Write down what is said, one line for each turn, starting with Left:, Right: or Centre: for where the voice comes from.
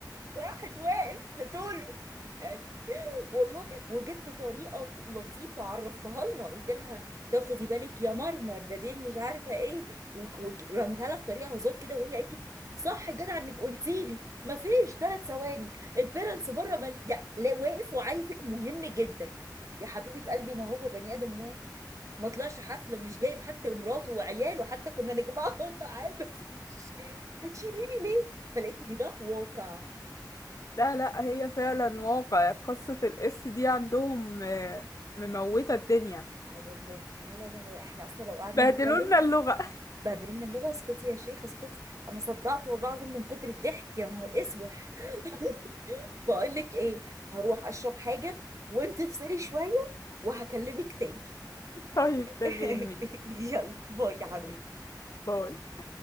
Right: واحد واقف بطوله يعني والله وجت بطريقه ك- لطيفه عرفتها لها قلت لها تاخدي بالك يا مرمر ده دين مش عارفه ايه ورميتها لها في طريقه هزار كده وهي قالت لي صح جدع انك قلتي لي مفيش ثلاث ثواني البيرنتس بره بل... يا... لا واقف وعايزك مهم جدا يا حبيبه قلبي ما هو بني ادم واحد ما طلعش حفله مش جايب حتى مراته وعياله حتى كنا نجمعهم <laughs> معاه مفيش هتشيليني ليه فلقيت ان ده واقع
Left: لا لا هي فعلا واقع قصة الاس دي عندهم آه، مموتة الدنيا
Right: اه والله لا لا لا لا، احنا اصلا لو قعدنا
Left: بهدلولنا
Right: نتكلم
Left: اللغة
Right: بهدلنا اللغه اسكتي يا شيخ اسكتي انا صدعت والله العظيم من كتر الضحك يا نهار اسوح <laughs> بقول لك ايه هروح اشرب حاجه وانت افصلي شويه وهكلمك تاني
Left: طيب
Right: <laughs>
Left: تمام ماشي
Right: يلا باي يا حبيبي
Left: باي